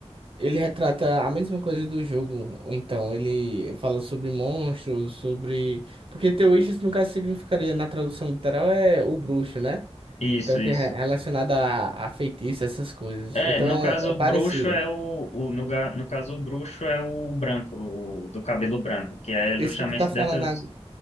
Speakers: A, on the right; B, on the left.
A: ele retrata a mesma coisa do jogo. Então, ele fala sobre monstros, sobre. Porque The Witches, no caso, significaria, na tradução literal, é o bruxo, né?
B: Isso,
A: Então, tem
B: isso.
A: re- relacionado a, a feitiço, essas coisas.
B: É,
A: Então,
B: no
A: é,
B: caso,
A: é
B: o
A: parecido.
B: bruxo é o, o no, ga- no caso, o bruxo é o branco, o do cabelo branco, que é justamente
A: Esse que tu tá falando
B: dessas,
A: agora.